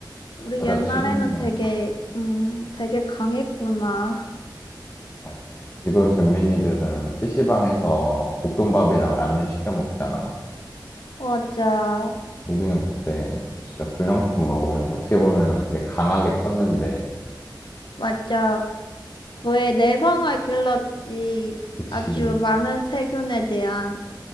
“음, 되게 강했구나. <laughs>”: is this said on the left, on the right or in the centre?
Left